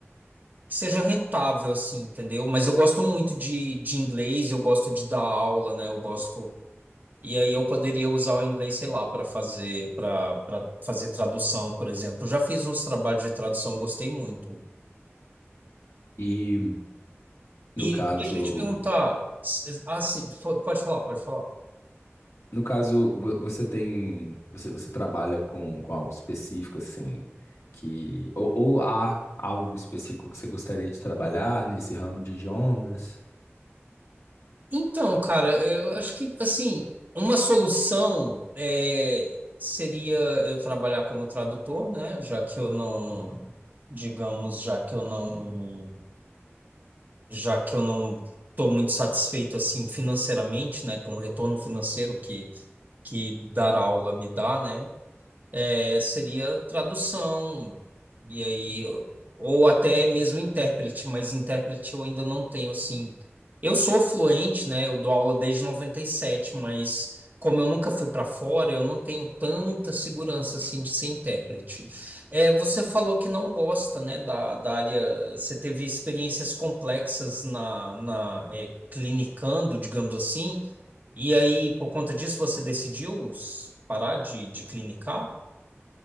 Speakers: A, on the right (about 40°); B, on the left (about 80°).
A: que seja rentável, assim, entendeu? Mas eu gosto muito de, de inglês, eu gosto de dar aula, né? Eu gosto. E aí eu poderia usar o inglês, sei lá, para fazer, para para fazer tradução, por exemplo. Eu já fiz uns trabalhos de tradução, gostei muito.
B: E no
A: E
B: caso,
A: deixa eu te perguntar. s- Ah, sim, fo- pode falar, pode falar.
B: no caso vo- você tem, você, você trabalha com, com algo específico assim, que ou, ou há algo específico que você gostaria de trabalhar nesse ramo de idiomas?
A: Então, cara, eu acho que, assim, uma solução é, seria eu trabalhar como tradutor, né? Já que eu não, digamos, já que eu não, já que eu não estou muito satisfeito, assim, financeiramente, né? Com o retorno financeiro que, que dar aula me dá, né? é, seria tradução, e aí, ou até mesmo intérprete, mas intérprete eu ainda não tenho, assim. Eu sou fluente, né? Eu dou aula desde 97, mas como eu nunca fui para fora, eu não tenho tanta segurança, assim, de ser intérprete. É, você falou que não gosta, né, da, da área, você teve experiências complexas na, na, é, clinicando, digamos assim, e aí, por conta disso, você decidiu s- parar de, de clinicar?